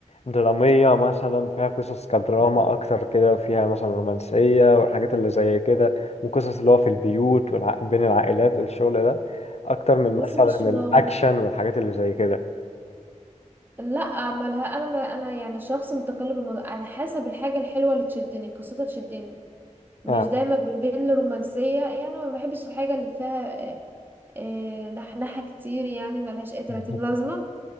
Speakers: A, on the left; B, on the right.
A: درامية مثلا فيها قصص كدراما أكتر كده فيها مثلا رومانسية والحاجات اللي زي كده وقصص اللي هو في البيوت والع... بين العائلات والشغل ده أكتر من مثلا
B: بص مش موضوع
A: الأكشن والحاجات اللي زي كده
B: لا مالها انا ما انا يعني شخص متقلب الموضوع على حسب الحاجه الحلوه اللي تشدني قصتها تشدني مش
A: آه.
B: دايما ب- بين الرومانسيه يعني ما بحبش الحاجه اللي فيها آه، آه، نحنحه كتير يعني ملهاش اي 30
A: <laughs>
B: لازمه